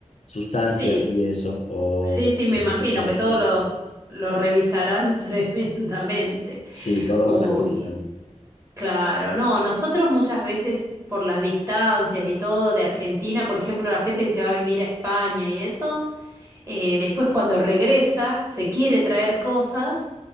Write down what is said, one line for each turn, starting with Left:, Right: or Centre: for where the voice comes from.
Left: sustancias
Right: Sí,
Left: y eso o
Right: sí, sí, me
Left: algún
Right: imagino
Left: artículo.
Right: que todos lo, lo revisarán <laughs> tremendamente.
Left: Sí, todos
Right: Uy,
Left: los revisan.
Right: claro, no, nosotros muchas veces por las distancias y todo de Argentina, por ejemplo, la gente que se va a vivir a España y eso, eh, después cuando regresa se quiere traer cosas